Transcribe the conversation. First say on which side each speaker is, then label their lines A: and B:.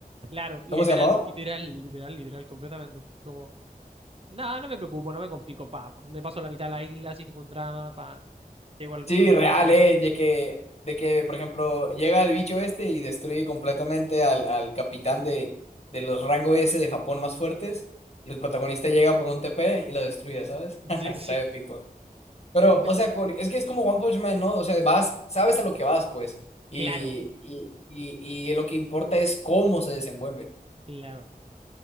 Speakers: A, on the right (about 35°); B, on the left (about 40°).
A: claro, literal,
B: ¿Cómo se llamaba?
A: literal, literal, literal, completamente. Como, nada, no me preocupo, no me complico, pa, pa, me paso la mitad de la isla sin ningún drama, pa, llego al,
B: Sí, real,
A: llego al corazón.
B: ¿eh? De que, de que, por ejemplo, llega el bicho este y destruye completamente al, al capitán de, de los rango S de Japón más fuertes y el protagonista llega por un TP y lo destruye, ¿sabes?
A: <laughs>
B: <laughs>
A: Sí, sí.
B: Está épico. Pero,
A: Ve-
B: o sea, core- es que es como One Punch Man, ¿no? O sea, vas, sabes a lo que vas, pues. Y,
A: Claro,
B: y, y, y lo que importa es cómo se desenvuelve.
A: claro.